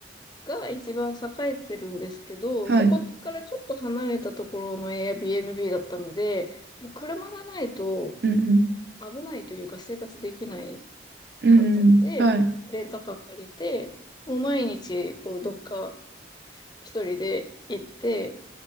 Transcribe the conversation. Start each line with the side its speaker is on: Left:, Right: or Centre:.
Left: が一番栄えてるんですけど、
Right: はい。
Left: そこからちょっと離れたところの Airbnb だったので、もう車がないと、
Right: うんうん。
Left: 危ないというか生活できない
Right: うんうん。
Left: かったので、
Right: はい。
Left: レンタカー借りて、もう毎日、こう、どっか一人で行って、